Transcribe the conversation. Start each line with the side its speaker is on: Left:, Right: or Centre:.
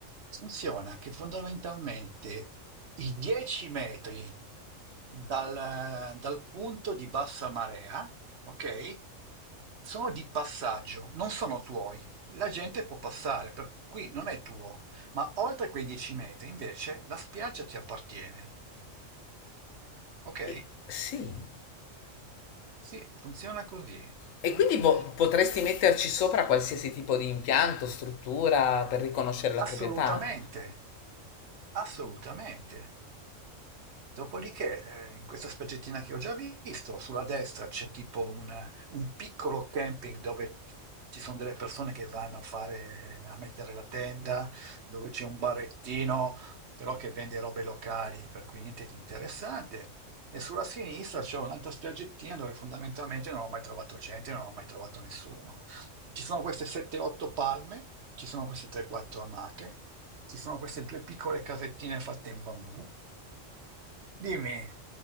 Right: Funziona che fondamentalmente i 10 metri dal, dal punto di bassa marea, ok, sono di passaggio, non sono tuoi. La gente può passare, per cui non è tuo. Ma oltre quei 10 metri, invece, la spiaggia ti appartiene, ok?
Left: e- sì.
Right: Sì, funziona così.
Left: E quindi
Right: mm?
Left: vo- potresti
Right: Eh,
Left: metterci sopra qualsiasi tipo di impianto, struttura per riconoscere la
Right: assolutamente,
Left: proprietà?
Right: assolutamente. Dopodiché, ehm, in questa specie che ho già visto, sulla destra c'è tipo un un piccolo camping dove ci son delle persone che vanno a fare a mettere la tenda, dove c'è un barettino, però che vende robe locali, per cui niente di interessante. E sulla sinistra c'è un'altra spiaggettina dove fondamentalmente non ho mai trovato gente, non ho mai trovato nessuno. Ci sono queste 7, 8 palme, ci sono queste 3, 4 amache. Ci sono queste due piccole casettine fatte in bambù. Dimmi,